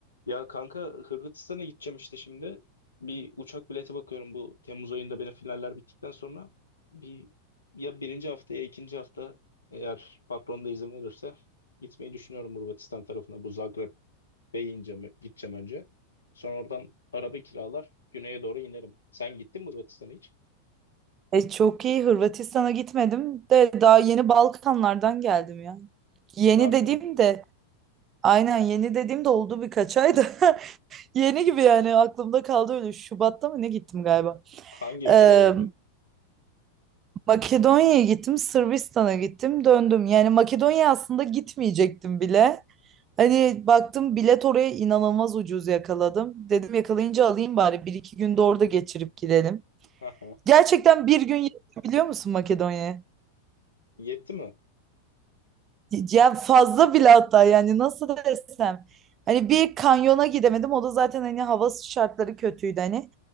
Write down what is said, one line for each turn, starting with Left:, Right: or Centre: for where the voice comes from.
Left: Ya kanka Hırvatistan'a gideceğim işte şimdi. Bir uçak bileti bakıyorum bu Temmuz ayında benim finaller bittikten sonra. Bir ya birinci hafta ya ikinci hafta eğer patron da izin verirse gitmeyi düşünüyorum Hırvatistan tarafına. Bu Zagreb'e ineceğim, gideceğim önce. Sonra oradan araba kiralar güneye doğru inerim. Sen gittin mi Hırvatistan'a hiç?
Right: E çok iyi Hırvatistan'a gitmedim de daha yeni Balkanlardan geldim ya. Yeni
Left: Harbi
Right: dediğim
Left: mi?
Right: de aynen yeni dediğim de oldu birkaç ay da <laughs> yeni gibi yani aklımda kaldı öyle Şubat'ta mı ne gittim galiba.
Left: Hangi ülkelere
Right: Ee,
Left: gittin?
Right: Makedonya'ya gittim Sırbistan'a gittim döndüm. Yani Makedonya aslında gitmeyecektim bile. Hani baktım bilet oraya inanılmaz ucuz yakaladım. Dedim yakalayınca alayım bari bir iki günde orada geçirip gidelim.
Left: Aha.
Right: Gerçekten bir gün yetti biliyor musun Makedonya'ya?
Left: Yetti mi?
Right: Ya fazla bile hatta yani nasıl desem. Hani bir kanyona gidemedim. O da zaten hani hava şartları kötüydü hani.